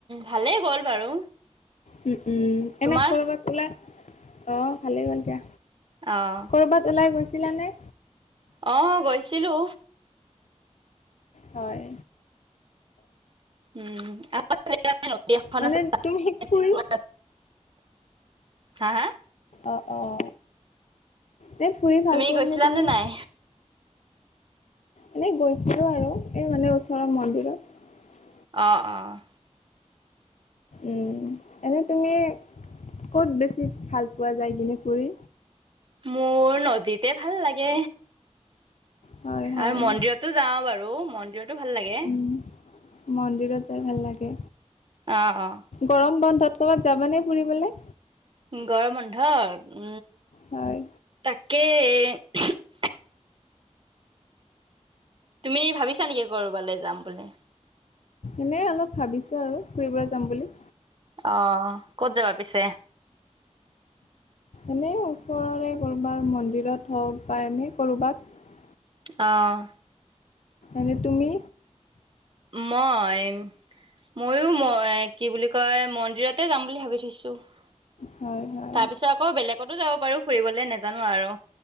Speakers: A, on the right; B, on the left.
A: ভালেই গ'ল বাৰু।
B: উম, উম,
A: তোমাৰ
B: এনে কৰবাত ওলা, অ', ভালেই গ'ল দিয়া।
A: অ',
B: কৰবাত ওলাই গৈছিলা নে?
A: অঁ গৈছিলো।
B: হয়।
A: উম, <unintelligible>
B: মানে তুমি ফুৰি
A: হা হা
B: অ', অ', দে ফুৰি ভাল
A: তুমি
B: পোৱা
A: গৈছিলানে
B: নে তুমি?
A: নাই?
B: এনেই গৈছিলো আৰু, এই মানে ওচৰৰ মন্দিৰত।
A: অ' অ'
B: উম এনেই তুমি ক'ত বেছি ভাল পোৱা যায় কিনি কৰি
A: মোৰ নদীত। তে ভাল লাগে,
B: হয়, হয়,
A: আৰু মন্দিৰতো যাওঁ বাৰু, মন্দিৰত টো ভাল লাগে।
B: উম, মন্দিৰত যাই ভাল লাগে,
A: অ', অ',
B: গৰম বন্ধত কৰবাত যাবানে ফুৰিবলে।
A: গৰম বন্ধত
B: হয়।
A: কি <unintelligible> তুমি ভাবিছা নেকি কৰবালৈ যাম বুলি?
B: এনে অলপ ভাবিছো আৰু ফুৰিব যাম বুলি।
A: অ', ক'ত যাবা পিছে?
B: এনে ওচৰৰে কৰ'বাৰ মন্দিৰত হওক বা এনে কৰ'বাত।
A: অ',
B: আৰু তুমি
A: মই ময়ো ম এ কি বুলি কয়, মন্দিৰতে যাম বুলি ভাবি থৈছো। তাৰ
B: হয়, হয়।
A: পিছত আকৌ বেলেগতো যাব পাৰো ফুৰিবলে নোজানো আৰু।